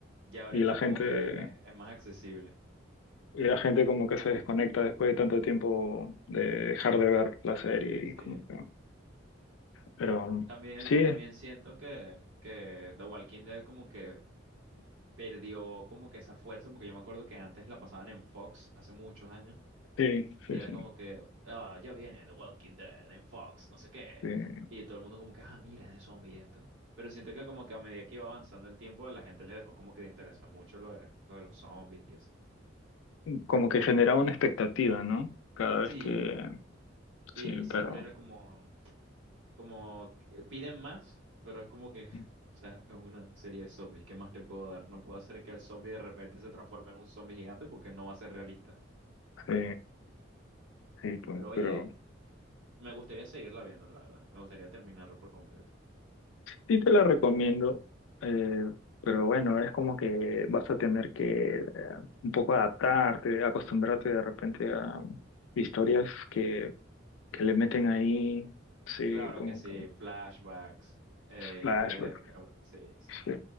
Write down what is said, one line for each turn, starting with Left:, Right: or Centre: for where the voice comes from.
Right: Ya ahorita
Left: Y la gente,
Right: como que es, es más accesible.
Left: y la gente como que se desconecta después de tanto tiempo de dejar de ver la serie
Right: Sí.
Left: y como que Pero
Right: También,
Left: sí,
Right: también siento que, que The Walking Dead como que perdió como que esa fuerza, porque yo me acuerdo que antes la pasaban en Fox hace muchos años,
Left: sí,
Right: y
Left: sí,
Right: era
Left: sí.
Right: como que, ah, ya viene The Walking Dead en Fox, no sé qué,
Left: sí.
Right: y todo el mundo como que, ah, mira, es de zombie esto. Pero siento que como que a medida que iba avanzando el tiempo, a la gente le dejó como que le interesó mucho lo de, lo de los zombies y eso.
Left: Como que generaba una expectativa, ¿no? Cada vez
Right: Sí,
Left: que...
Right: sí,
Left: Sí,
Right: siempre
Left: pero...
Right: era como, como, que piden más, pero es como que, <laughs>
Left: Sí,
Right: o sea, es una serie de zombies, ¿qué más te puedo dar? No puedo hacer que el zombie de repente se transforme en un zombie gigante porque no va a ser realista.
Left: sí, sí, pues,
Right: Pero oye,
Left: pero
Right: me gustaría seguirla viendo, la verdad. Me gustaría terminarlo por completo.
Left: sí te la recomiendo. eh, pero bueno, es como que vas a tener que eh, un poco adaptarte, acostumbrarte de repente a historias que, que le meten
Right: Cl-
Left: ahí, sí,
Right: Claro
Left: como
Right: que sí,
Left: que
Right: flashbacks, eh,
Left: flashbacks,
Right: historias de... cab- Sí, sí.
Left: sí.